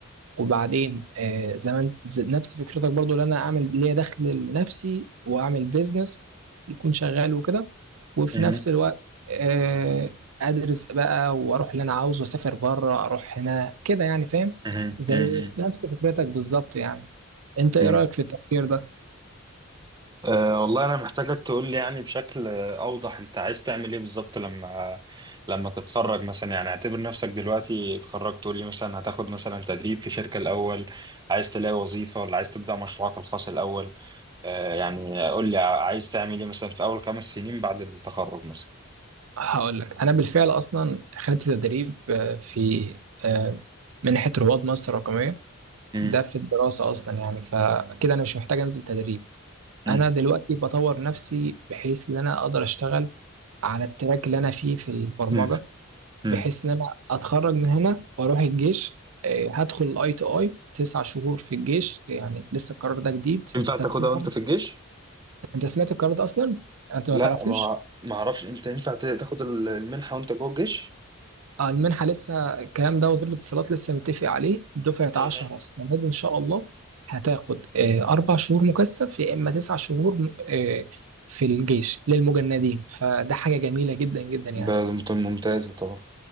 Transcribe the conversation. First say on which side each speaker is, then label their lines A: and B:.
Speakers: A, on the right; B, on the right.
A: وبعدين آه زي ما أنت- زي- نفس فكرتك برضو اللي أنا أعمل ليا دخل لنفسي وأعمل بيزنس يكون شغال وكده وفي
B: مهم.
A: نفس الوقت آه أدرس بقى وأروح اللي أنا عاوزه أسافر بره أروح هنا كده يعني فاهم
B: مهم.
A: زي نفس فكرتك بالظبط يعني أنت إيه
B: مهم.
A: رأيك في التفكير ده؟
B: أه والله أنا محتاجك تقول لي يعني بشكل آه، أوضح أنت عايز تعمل إيه بالظبط لما لما تتخرج مثلا يعني اعتبر نفسك دلوقتي اتخرجت تقول لي مثلا هتاخد مثلا تدريب في شركة الأول عايز تلاقي وظيفة ولا عايز تبدأ مشروعك الخاص الأول أه يعني قول لي ع- عايز تعمل إيه مثلا في أول خمس سنين بعد التخرج مثلا
A: هقول لك انا بالفعل اصلا خدت تدريب آه، في آه، منحه رواد مصر الرقميه
B: مم.
A: ده في الدراسه اصلا يعني فكده انا مش محتاج انزل تدريب
B: مم.
A: انا دلوقتي بطور نفسي بحيث ان انا اقدر اشتغل على التراك اللي انا فيه في البرمجه
B: مم. مم.
A: بحيث ان انا اتخرج من هنا واروح الجيش آه، هدخل اي تي اي تسع شهور في الجيش يعني لسه القرار ده جديد
B: ينفع
A: انت
B: تاخدها
A: تسمع
B: وانت في الجيش؟
A: انت سمعت القرار ده اصلا انت ما
B: لا
A: تعرفوش
B: ما ما أعرفش أنت ينفع ت- تاخد ال- المنحة وأنت جوه الجيش؟
A: آه، المنحة لسه الكلام ده وزير الاتصالات لسه متفق عليه دفعة
B: مهم.
A: 10 السنة دي إن شاء الله هتاخد آه، أربع شهور مكثف يا إما تسع شهور م- آه، في الجيش للمجندين فده حاجة جميلة جدا جدا يعني
B: ده ممت- ممتازة طبعا